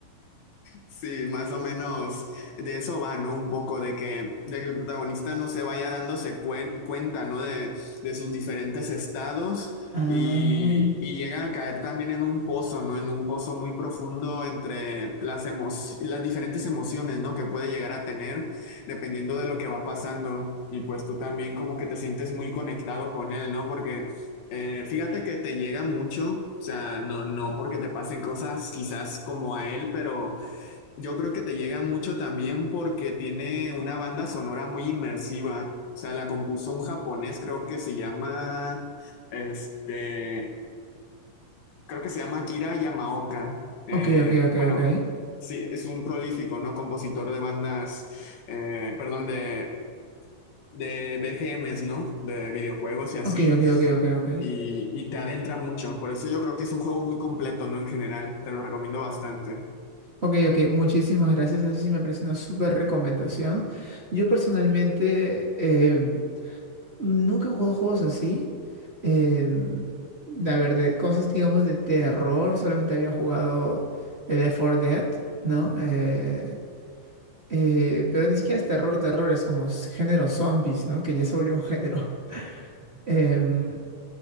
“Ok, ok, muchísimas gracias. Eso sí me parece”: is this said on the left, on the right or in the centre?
Right